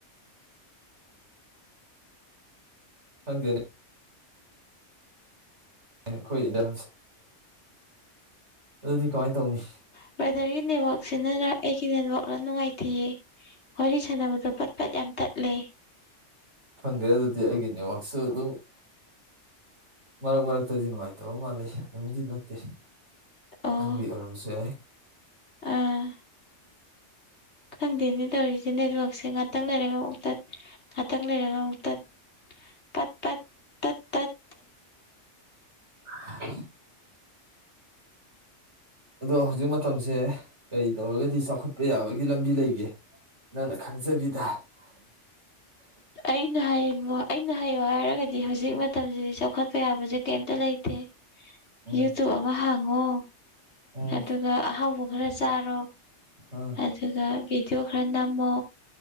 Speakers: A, on the right (about 70°); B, on the left (about 65°).
A: ꯍꯪꯦꯅꯦ ꯑꯦ ꯑꯩꯈꯣꯏ ꯏꯗ ꯑꯗꯨꯗꯤ ꯀꯃꯥꯏꯅ ꯇꯧꯅꯤ
B: ꯏꯝꯕ꯭ꯔꯣꯏꯗꯔꯤꯒꯤ ꯅꯦꯠꯋꯥꯛꯁꯤ ꯅꯠꯇ꯭ꯔ ꯑꯩꯒꯤ ꯅꯦꯠꯋꯥꯛꯅ ꯅꯨꯡꯉꯥꯏꯇꯦꯌꯦ ꯋꯥꯔꯤ ꯁꯥꯟꯅꯕꯗꯣ ꯄꯠ ꯄꯠ ꯌꯥꯝ ꯇꯠꯂꯦ
A: ꯈꯪꯒꯦ ꯑꯗꯨꯗꯤ ꯑꯩꯒꯤ ꯅꯦꯋꯥꯛꯁꯨ ꯑꯗꯨꯝ ꯃꯔꯛ ꯃꯔꯛꯇꯗꯤ ꯅꯨꯡꯉꯥꯏꯇꯕ ꯃꯥꯜꯂꯤ ꯑꯗꯨꯝꯗꯤ ꯅꯠꯇꯦ
B: ꯑꯣ
A: ꯅꯪꯒꯤ ꯑꯣꯏꯔꯝꯁꯦ
B: ꯑꯥ ꯈꯪꯗꯦꯅꯦ ꯇꯧꯔꯤꯁꯦ ꯅꯦꯠꯋꯛꯁꯦ ꯉꯥꯛꯇꯪ ꯂꯩꯔꯒ ꯑꯃꯨꯛꯇ ꯉꯥꯛꯇꯪ ꯂꯩꯔꯒ ꯑꯃꯨꯛ ꯇꯠꯠ ꯇꯠ ꯇꯠ
A: <unintelligible> ꯑꯗꯣ ꯍꯧꯖꯤꯛ ꯃꯇꯝꯁꯦ ꯀꯔꯤ ꯇꯧꯔꯒꯗꯤ ꯆꯥꯎꯈꯠꯄ ꯌꯥꯕꯒꯤ ꯂꯝꯕꯤ ꯂꯩꯒꯦ ꯅꯪꯅ ꯈꯪꯖꯕꯤꯗ <unintelligible>
B: ꯑꯩꯅ ꯍꯥꯏ ꯑꯩꯕꯨ ꯍꯥꯏꯌꯣ ꯍꯥꯏꯔꯒꯗꯤ ꯍꯧꯖꯤꯛ ꯃꯇꯝꯁꯤꯗꯤ ꯆꯥꯎꯈꯠꯄ ꯌꯥꯕꯁꯦ ꯀꯩꯝꯇ ꯂꯩꯇꯦ
A: ꯎꯝ
B: ꯌꯨꯇꯨꯕ ꯑꯃ ꯍꯥꯡꯉꯣ
A: ꯎꯝ
B: ꯑꯗꯨꯒ ꯑꯍꯥꯎꯕ ꯈꯔ ꯆꯥꯔꯣ
A: ꯑꯥ
B: ꯑꯗꯨꯒ ꯕꯤꯗꯤꯑꯣ ꯈꯔ ꯅꯝꯃꯣ